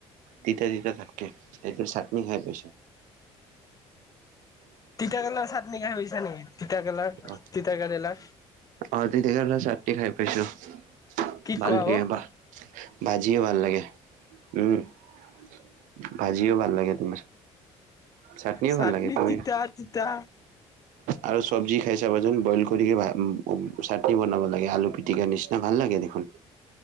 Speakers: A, on the right; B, on the left.
A: তিতা তিতা থাক কে এইটোৰ চাটনি খাই পইচ?
B: তিতা কেৰেলাৰ চাটনি খাই পাইছা নেকি তিতাকেৰেলাৰ
A: অ
B: তিতাকেৰেলাৰ?
A: অ' তিতাকেৰেলাৰ চাটনি খাই পাইছো।
B: কি
A: ভাল
B: কোৱা
A: লাগে
B: অ
A: বা ভাজিও ভাল লাগে। উম ভাজিও ভাল লাগে তোমাৰ, চাটনিও
B: চাটনি
A: ভাল লাগে। তুমি
B: তিতা তিতা
A: আৰু চব্জি খাই চাবাচোন বইল কৰি ভ উ চাটনি বনাব লাগে আলু পি টিকাৰ নিচনা ভাল লাগে দেখোন।